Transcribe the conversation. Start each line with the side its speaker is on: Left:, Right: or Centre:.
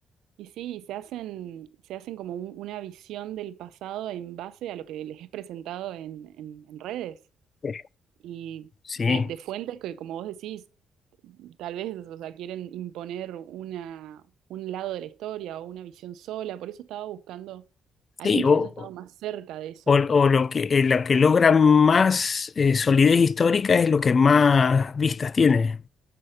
Right: Y sí, y se hacen, se hacen como un- una visión del pasado en base a lo que les es presentado en, en- en redes
Left: Eh,
Right: y
Left: Sí,
Right: de, de fuentes que, como vos decís, tal vez, o sea, quieren imponer una, un lado de la historia o una visión sola. Por eso estaba buscando a
Left: sí,
Right: alguien que
Left: o,
Right: haya estado más cerca de eso,
Left: o- o lo que, eh, la que logra más eh, solidez histórica es lo que más vistas tiene.